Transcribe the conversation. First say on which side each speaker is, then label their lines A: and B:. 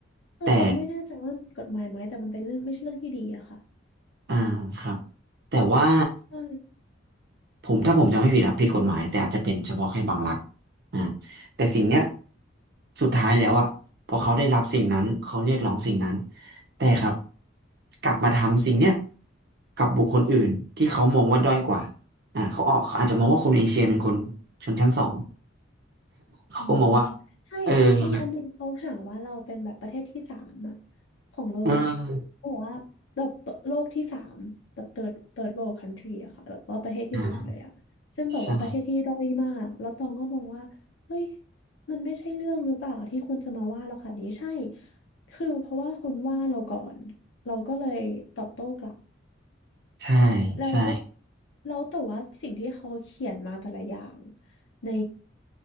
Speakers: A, on the left (about 70°); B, on the right (about 55°).
A: คือตองไม่แน่ใจว่ามันผิดกฎหมายไหมแต่มันเป็นเรื่องไม่ใช่เรื่องที่ดีอะค่ะ
B: แต่อ่าครับแต่ว่า
A: ใช่
B: ผมถ้าผมจำไม่ผิดอะผิดกฎหมายแต่อาจจะเป็นเฉพาะแค่บางรัฐอ่าแต่สิ่งเนี้ยสุดท้ายแล้วอะพอเขาได้รับสิ่งนั้นเขาเรียกร้องสิ่งนั้นแต่ครับกลับมาทำสิ่งเนี้ยกับบุคคลอื่นที่เขามองว่าด้อยกว่าอ่าเขาออกเขาอาจจะมองว่าคนเอเชียเป็นคนชนชั้นสองเขาก็มองว่า
A: อืมใช่
B: เออแบบ
A: มีอันนึงเขาหาว่าเราเป็นแบบประเทศที่สามอะของโลกอะ
B: เออ
A: บอกว่าแบบโลกที่สามแบบ third third world country อะค่ะแบบว่าประเทศที่สามเลยอะซึ่งแบบว่าประเทศที่ด้อยมากแล้วตองก็มองว่าเฮ้ย
B: อ่าใช่
A: มันไม่ใช่เรื่องหรือเปล่าที่คุณจะมาว่าเราค่ะนี้ใช่คือเพราะว่าคุณว่าเราก่อนเราก็เลยตอบโต้กลับ
B: ใช่
A: แล้ว
B: ใช่
A: แล้วแต่ว่าสิ่งที่เขาเขียนมาแต่ละอย่างใน